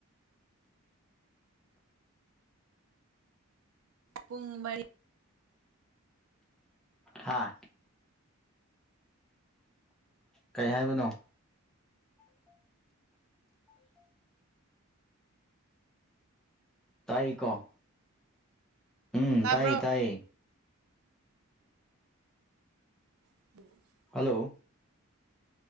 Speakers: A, on the right; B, in the centre.
A: ꯄꯨꯡ ꯃꯔꯤ
B: ꯍꯥꯥ ꯀꯩ ꯍꯥꯏꯕꯅꯣ ꯇꯥꯏꯀꯣ ꯎꯝ
A: ꯇꯥꯕ꯭ꯔꯣ
B: ꯇꯥꯏꯌꯦ ꯇꯥꯏꯌꯦ
A: <unintelligible>
B: ꯍꯜꯂꯣ